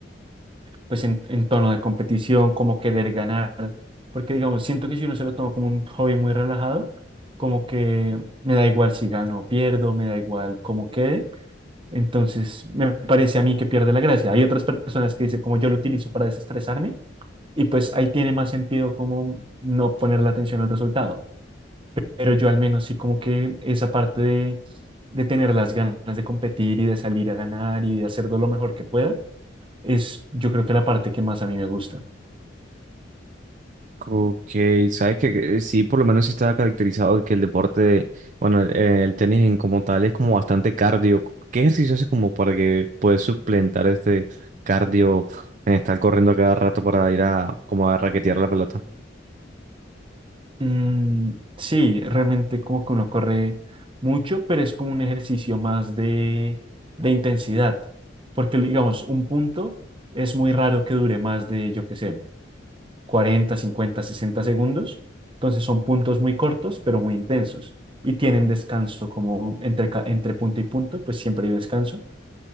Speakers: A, on the right; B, on the right.
A: pues en, en tono de competición, como querer ganar, porque digamos, siento que si uno se lo toma como un hobby muy relajado, como que me da igual si gano o pierdo, me da igual cómo quede, entonces me parece a mí que pierde la gracia. Hay otras personas que dicen como yo lo utilizo para desestresarme y pues ahí tiene más sentido como no poner la atención al resultado. pero yo al menos sí como que esa parte de, de tener las ganas de competir y de salir a ganar y de hacerlo lo mejor que pueda, es yo creo que la parte que más a mí me gusta.
B: Ok, sabes que eh, sí, por lo menos sí estaba caracterizado de que el deporte, de- bueno, el, el tenis en como tal es como bastante cardio. ¿Qué ejercicio haces como para que puedas suplentar este cardio en estar corriendo a cada rato para ir a como a raquetear la pelota?
A: Mm, sí, realmente como que uno corre mucho, pero es como un ejercicio más de, de intensidad, porque digamos, un punto es muy raro que dure más de, yo qué sé, 40 50 60 segundos. Entonces son puntos muy cortos, pero muy intensos. Y tienen descanso como entre, ca- entre punto y punto, pues siempre hay descanso.